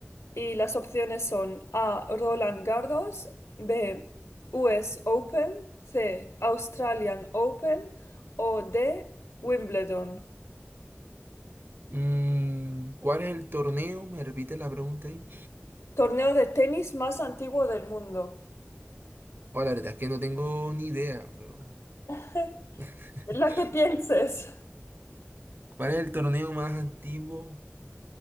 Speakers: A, on the left; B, on the right.
A: Y las opciones son A, Roland Garros, B, US Open, C, Australian Open o D, Wimbledon.
B: Mm, ¿cuál es el torneo? Me repite la pregunta ahí.
A: Torneo de tenis más antiguo del mundo.
B: Oh, la verdad es que no tengo ni idea, pero
A: <laughs>
B: <laughs>
A: La que pienses.
B: ¿cuál es el torneo más antiguo